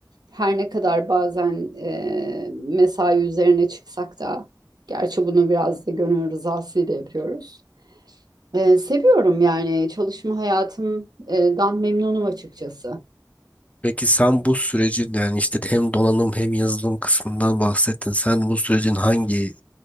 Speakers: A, on the right; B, on the left.
A: Her ne kadar bazen e, mesai üzerine çıksak da, gerçi bunu biraz da gönül rızasıyla yapıyoruz. Ee, seviyorum yani çalışma hayatımdan memnunum açıkçası.
B: Peki sen bu sürecin yani işte hem donanım hem yazılım kısmından bahsettin. Sen bu sürecin hangi